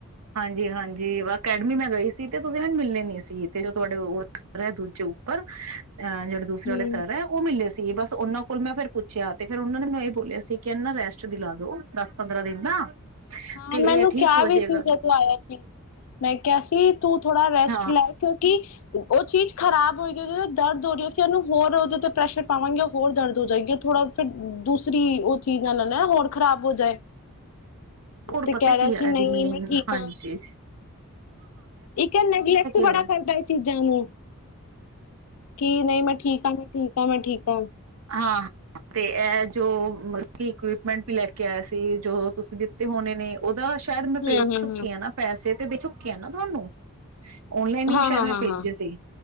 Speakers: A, on the right; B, on the left.
A: ਹਾਂਜੀ ਹਾਂਜੀ, ਵਾ ਅਕੈਡਮੀ ਮੈਂ ਗਈ ਸੀ ਤੇ ਤੁਸੀਂ ਮੈਨੂੰ ਮਿਲੇ ਨੀ ਸੀ, ਤੇ ਜੋ ਤੁਹਾਡੇ ਔ ਸਰ ਹੈ ਦੂਜੇ ਉੱਪਰ ਅਹ ਜੇੜੇ ਦੂਸਰੇ ਵਾਲੇ
B: ਹਮ
A: ਸਰ ਹੈ, ਓਹ ਮਿਲੇ ਸ ਬਸ ਔਨਾਂ ਕੋਲ ਮੈਂ ਫੇਰ ਪੁੱਛਿਆ, ਤੇ ਫੇਰ ਔਨਾਂ ਨੇ ਮੈਂਨੂੰ ਐ ਬੋਲਿਆ ਸੀ ਕਿ ਐਨੂ ਨਾ ਰੈਸਟ ਦੀ ਟ ਦਿਲਾ ਦੋ, ਦਸ ਪੰਦਰਾਂ ਦਿਨ ਦਾ।
B: ਹਾਂ,
A: ਤੇ
B: ਮੈ ਐਨੂੰ
A: ਠੀਕ
B: ਕਿਆ
A: ਹੋ
B: ਵੀ
A: ਜਾਏਗਾ
B: ਸੀ ਜਦੋਂ ਆਯਾ ਸੀ, ਮੈਂ ਕਿਆ ਸੀ ਤੂੰ ਥੋੜਾ ਰੈਸਟ
A: ਹਾਂ
B: ਲੈ ਕਿਓ ਕਿ ਓਹ ਚੀਜ਼ ਖ਼ਰਾਬ ਹੋਏਗੀ ਓਦੇ, ਤੇ ਦਰਦ ਹੋ ਰੀ ਸੀ ਐਨੂੰ ਹੋਰ ਓਦੇ, ਤੇ ਪ੍ਰੈਸ਼ਰ ਪਾਵਾਂਗੇ ਔ ਹੋਰ ਦਰਦ ਹੋ ਜਾਏਗੀ ਔਰ ਥੋੜਾ ਫੇਰ ਦੂਸਰੀ ਓਹ ਚੀਜ਼ ਨਾਲ ਨ ਹੋਰ ਖ਼ਰਾਬ ਹੋ ਜਾਏ।
A: ਹੋਰ
B: ਤੇ ਕਹਿ
A: ਪਤਾ
B: ਰਿਹਾ
A: ਕੀ ਐ
B: ਸੀ ਨਹੀਂ
A: ਐਦੀ ਮੇਨ--ਹਾਂਜੀ।
B: ਮੈਂ ਠੀਕ ਹਾਂ ਇੱਕ ਨੇਗਲੈਕਟ
A: ਰੋਜ਼
B: ਬੜਾ ਕਰਦਾ ਐ ਚੀਜ਼ਾਂ ਨੂੰ। ਕੀ ਨਹੀਂ, ਮੈਂ ਠੀਕ ਹਾਂ! ਮੈਂ ਠੀਕ ਹਾਂ, ਮੈਂ ਠੀਕ ਹਾਂ।
A: ਹਾਂ, ਤੇ ਐ ਜੋ ਮਤਲਬ ਇਕਪਮੈਂਟ ਵੀ ਲੈ ਕੇ ਆਇਆ ਸੀ, ਜੋ ਤੁਸੀਂ ਦਿੱਤੇ ਹੋਣੇ ਨੇ ਔਦਾ ਸੈ਼ਦ ਮੈਂ ਪੇਜ
B: ਹਾਂ ਹਾਂ
A: ਚੁੱਕੀ ਆ ਨਾ ਪੈਸੇ। ਤੇ ਦੇ ਚੁੱਕੀ ਆ ਨਾ ਤੁਹਾਨੂੰ। ਓਨਲਾਈਨ ਹੀ
B: ਹਾਂ
A: ਸੈ਼ਦ
B: ਹਾਂ ਹਾਂ
A: ਮੈਂ
B: ਹਾਂ ਹਾਂ
A: ਭੇਜੇ
B: ਹਾਂ
A: ਸੀ,